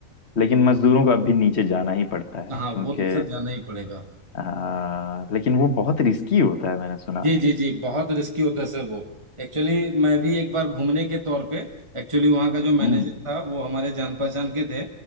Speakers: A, on the left; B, on the right.
A: लेकिन मजदूरों को अब भी नीचे जाना ही पड़ता है
B: हाँ
A: क्योंकि
B: वो तो सर जाना ही पड़ेगा
A: आ, लेकिन वो बहुत रिस्की होता है मैंने सुना
B: जी जी जी बहुत रिस्की होता है सर वो एक्चुअली मैं भी एक बार घूमने के तौर पे एक्चुअली वहाँ का जो मैनेजर
A: हम्म
B: था वो हमारे जान पहचान के थे